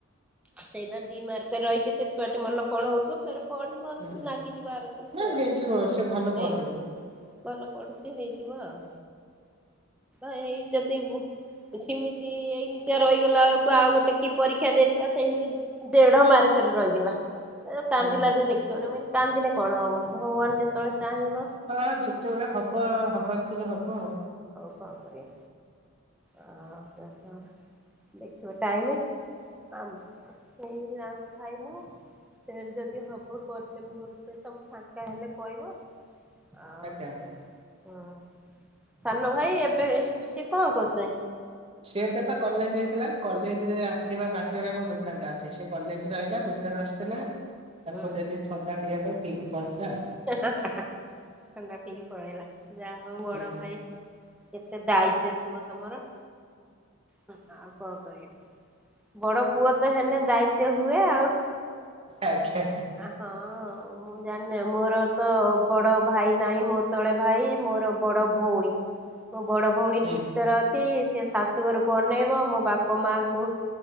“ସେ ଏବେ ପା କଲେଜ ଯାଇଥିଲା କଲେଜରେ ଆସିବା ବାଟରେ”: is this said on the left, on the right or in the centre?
Right